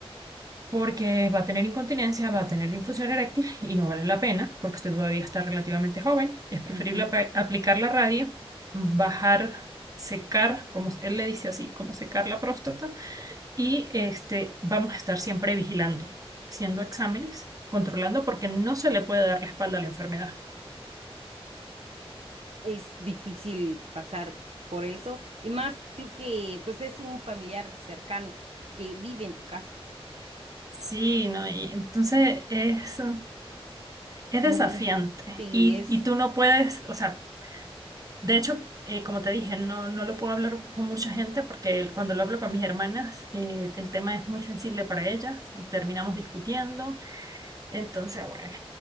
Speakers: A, on the right (about 35°); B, on the right (about 75°).
A: porque va a tener incontinencia, va a tener disfunción eréctil y no vale la pena porque usted todavía está relativamente joven. Es preferible
B: ujú.
A: apa- aplicar la radio, bajar, secar, como él le dice así, como secar la próstata y este, vamos a estar siempre vigilando, haciendo exámenes, controlando porque no se le puede dar la espalda a la enfermedad.
B: es difícil pasar por eso, y más tú que pues es un familiar cercano que vive en tu casa.
A: Sí, ¿no? Y entonces es, es
B: Pero
A: desafiante
B: bueno, Sí,
A: y,
B: es,
A: y tú no puedes, o sea... De hecho, eh, como te dije, no, no lo puedo hablar con mucha gente porque el- cuando lo hablo con mis hermanas, eh, el tema es muy sensible para ellas y terminamos
B: Ujú.
A: discutiendo. Entonces, bueno,